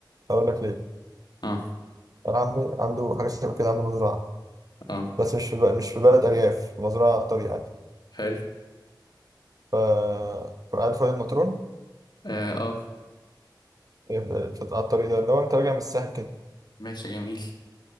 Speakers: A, on the right; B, on the left.
A: هقول لك ليه
B: اه
A: أنا عمي عنده حاجة شبه كده عنده مزرعة
B: اه
A: بس مش في ب- مش في بلد أرياف في مزرعة على الطريق عادي
B: حلو
A: ف فعارف وادي النطرون
B: اه اه
A: في- على الطريق ده اللي هو أنت راجع من الساحل كده
B: ماشي جميل